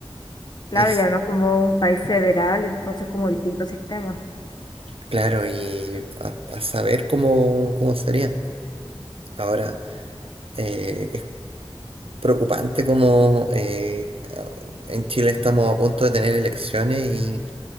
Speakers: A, on the left (about 45°); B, on the right (about 75°).
A: Claro,
B: Y si-
A: y además como un país federal, entonces como distintos sistemas.
B: claro, y a, a saber cómo, cómo sería. Ahora, eh, es preocupante como eh, a- en Chile estamos a punto de tener elecciones y